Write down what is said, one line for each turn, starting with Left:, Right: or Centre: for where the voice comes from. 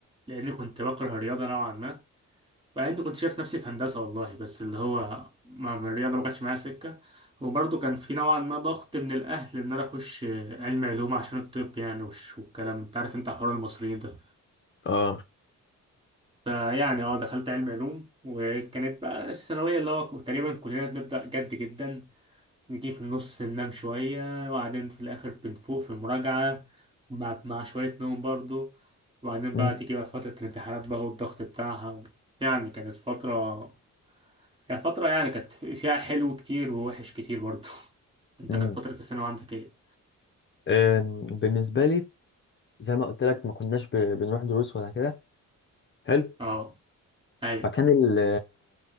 Right: لأني كنت بكره الرياضة نوعا ما وبعدين كنت شايف نفسي في هندسة والله بس اللي هو مع مع الرياضة ما كانتش معايا سكة وبرضه كان في نوعا ما ضغط من الأهل إن أنا أخش علم علوم عشان الطب يعني والش- والكلام أنت عارف أنت حوار المصريين ده
Left: اه
Right: فيعني اه دخلت علم علوم وكانت بقى الثانوية اللي هو تقريبا كلنا بنبدأ جد جدا نجي في النص ننام شوية وبعدين في الآخر بنفوق في المراجعة مع, مع شوية نوم برضو وبعدين
Left: مم.
Right: بقى تيجي بقى فترة الامتحانات بقى والضغط بتاعها و... يعني كانت فترة هي فترة يعني كانت فيها حلو كتير ووحش كتير برضو <laughs> انت
Left: مم.
Right: كانت فترة الثانوي عندك ايه؟
Left: أم، بالنسبة لي زي ما قلت لك ما كناش ب- بنروح دروس ولا كده حلو
Right: اه اي
Left: فكان ال